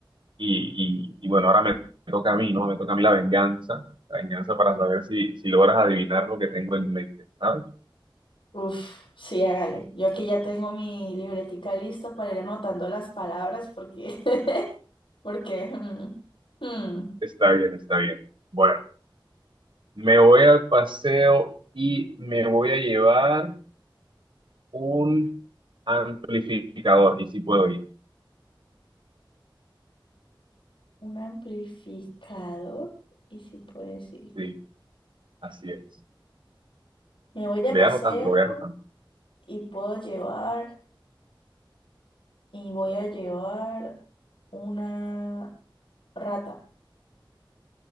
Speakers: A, on the right; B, on the left.
A: Y, y, y bueno, ahora me toca a mí, ¿no? Me toca a mí la venganza, la venganza para saber si, si logras adivinar lo que tengo en mente, ¿sabes?
B: Uf, sí, hágale. Yo aquí ya tengo mi libretica lista para ir anotando las palabras porque, <laughs> porque, mm, mm,
A: Está bien, está bien. Bueno. Me voy al paseo y me voy a llevar un amplificador. Y si puedo ir.
B: un amplificador y si puede decir.
A: Sí, así es.
B: Me voy de
A: Ve
B: paseo
A: anotando, lo voy anotando.
B: y puedo llevar y voy a llevar una rata.